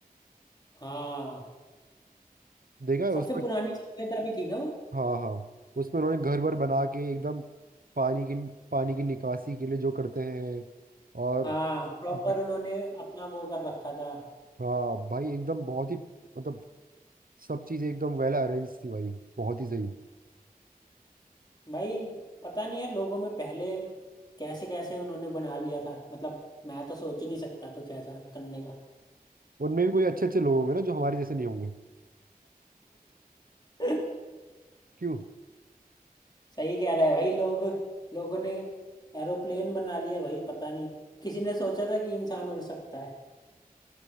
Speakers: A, on the left; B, on the right.
A: हाँ
B: देखा है
A: सबसे
B: उस पर
A: पुरानी सभ्यता भी थी ना वो
B: हाँ हाँ उसमें उन्होंने घर वर बना के एकदम पानी की पानी की निकासी के लिए जो करते हैं और
A: हाँ प्रॉपर
B: भाई-
A: उन्होंने अपना वो कर रखा था
B: हाँ भाई एकदम बहुत ही मतलब सब चीजें एकदम वेल अरेंज थी भाई बहुत ही सही
A: भाई पता नहीं यार लोगों में पहले कैसे कैसे उन्होंने बना लिया था मतलब मैं तो सोच ही नहीं सकता कुछ ऐसा करने का
B: उनमें भी कोई अच्छे अच्छे लोग होंगे ना जो हमारे जैसे नहीं होंगे
A: <laughs>
B: क्यों
A: सही कह रहा है भाई लोग लोगों ने एरोप्लेन बना लिया भाई पता नहीं किसी ने सोचा था कि इंसान उड़ सकता है